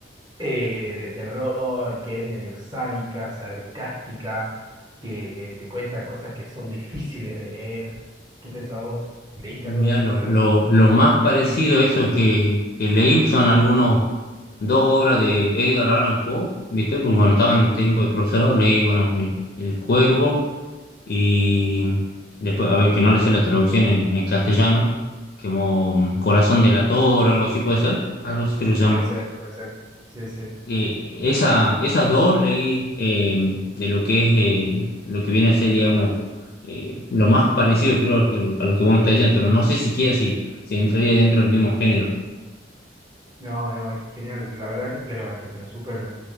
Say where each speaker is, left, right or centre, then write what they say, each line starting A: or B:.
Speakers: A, on the right (about 25°); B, on the left (about 55°).
A: eh, de terror, que es medio sádica, sarcástica, que te cuenta cosas que son difíciles de leer. ¿Qué pensás vos? ¿Leíste
B: Mira,
A: algo de eso
B: lo,
A: alguna
B: lo,
A: vez?
B: lo más parecido a eso que, que leí son algunos, dos obras de Edgar Allan Poe, ¿viste? Pues bueno, estaba en tiempo de profesorado, leí, bueno, El, El Cuervo y después, a ver, que no le sé la traducción en, en castellano, como Corazón delator, algo así puede ser, algo así creo que se
A: Puede
B: llama.
A: ser, puede ser. Sí, sí,
B: Eh,
A: puede
B: esa,
A: ser.
B: esas dos leí eh, de lo que es, eh, lo que viene a ser, digamos, eh, lo más parecido creo a lo, que a lo que vos me estás diciendo, pero no sé siquiera si, si entraría dentro del mismo género.
A: No, no, es genial. La verdad que te la, que te la súper,